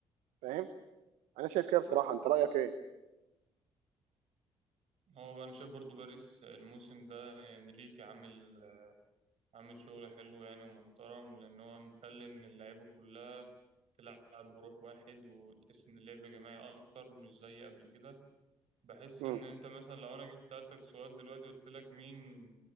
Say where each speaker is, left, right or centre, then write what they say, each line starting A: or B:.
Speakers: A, on the right; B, on the right.
A: فاهم انا شايف كده بصراحه انت رايك ايه
B: هو بقى انا شايف برضو باريس الموسم ده انريكي عامل عامل شغل حلو يعني ومحترم لان هو مخلي ان اللعيبه كلها تلعب بروح واحد وتحس ان اللعب جماعي اكتر مش زي قبل كده بحس
A: امم
B: ان انت مثلا لو انا جيت سالتك سؤال دلوقتي قلت لك مين